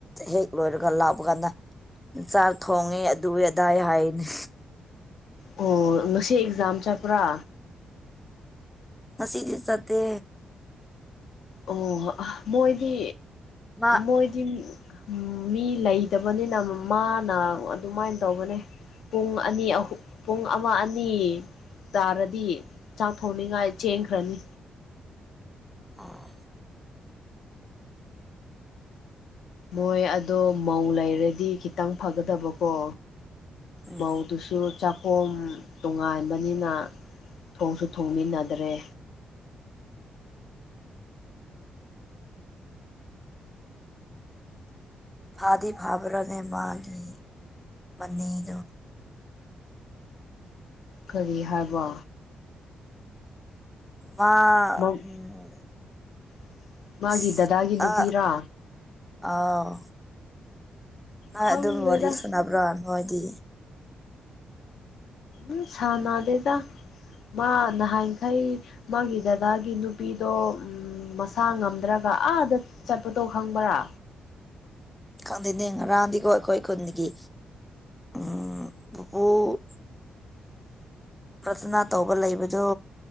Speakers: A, in the centre; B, on the left.
A: ꯍꯦꯛ ꯂꯣꯏꯔꯒ ꯂꯥꯛꯄ ꯀꯥꯟꯗ ꯆꯥꯛ ꯊꯣꯡꯉꯦ ꯑꯗꯨꯏ ꯑꯗꯥꯏ ꯍꯥꯏꯅꯤ
B: ꯑꯣ ꯉꯁꯤ ꯑꯦꯛꯖꯥꯝ ꯆꯠꯄ꯭ꯔꯥ
A: ꯉꯁꯤꯗꯤ ꯆꯠꯇꯦ
B: ꯑꯣ ꯑꯥ ꯃꯣꯏꯗꯤ
A: ꯃꯥ
B: ꯃꯣꯏꯗꯤ ꯎꯝ ꯃꯤ ꯂꯩꯇꯕꯅꯤꯅ ꯃꯥꯅ ꯑꯗꯨꯃꯥꯏꯅ ꯇꯧꯕꯅꯦ ꯄꯨꯡ ꯑꯅꯤ ꯑꯍꯨꯝ ꯄꯨꯡ ꯑꯃ ꯑꯅꯤ ꯇꯥꯔꯗꯤ ꯆꯥꯛ ꯊꯣꯡꯅꯤꯡꯉꯥꯏ ꯆꯦꯟꯈ꯭ꯔꯅꯤ
A: ꯑꯝ
B: ꯃꯣꯏ ꯑꯗꯣ ꯃꯧ ꯂꯩꯔꯗꯤ ꯈꯤꯇꯪ ꯐꯒꯗꯕꯀꯣ
A: ꯎꯝ
B: ꯃꯧꯗꯨꯁꯨ ꯆꯞ ꯈꯨꯝ ꯇꯣꯉꯥꯟꯕꯅꯤꯅ ꯊꯣꯡꯁꯨ ꯊꯣꯡꯃꯤꯟꯅꯗ꯭ꯔꯦ
A: ꯐꯥꯗꯤ ꯐꯥꯕ꯭ꯔꯅꯦ ꯃꯥ ꯂꯩ ꯃꯅꯤꯗꯣ
B: ꯀꯔꯤ ꯍꯥꯏꯕ
A: ꯃꯥ
B: ꯃꯥꯪ
A: ꯎꯝ
B: <unintelligible> ꯃꯥꯒꯤ
A: ꯑꯁ
B: ꯗꯗꯥꯒꯤ ꯅꯨꯄꯤꯔꯥ
A: ꯑ ꯑꯥꯎ ꯅꯣꯏ
B: ꯈꯪꯗꯦꯗ
A: ꯑꯗꯨꯝ ꯋꯥꯔꯤ ꯁꯨꯅꯕ꯭ꯔꯥ ꯅꯣꯏꯗꯤ
B: ꯎꯝ ꯁꯥꯟꯅꯗꯦꯗ ꯃꯥ ꯅꯍꯥꯟꯈꯩ ꯃꯥꯒꯤ ꯗꯗꯥꯒꯤ ꯅꯨꯄꯤꯗꯣ ꯃꯁꯥ ꯉꯝꯗ꯭ꯔꯒ ꯑꯥꯗ ꯆꯠꯄꯗꯣ ꯈꯪꯕꯔꯥ
A: ꯈꯪꯗꯦꯅꯦ ꯉꯔꯥꯡꯗꯤꯒꯣ ꯑꯩꯈꯣꯢ ꯈꯨꯟꯒꯤ ꯎꯝ <unintelligible> ꯄ꯭ꯔꯊꯅꯥ ꯇꯧꯕ ꯂꯩꯕꯗꯣ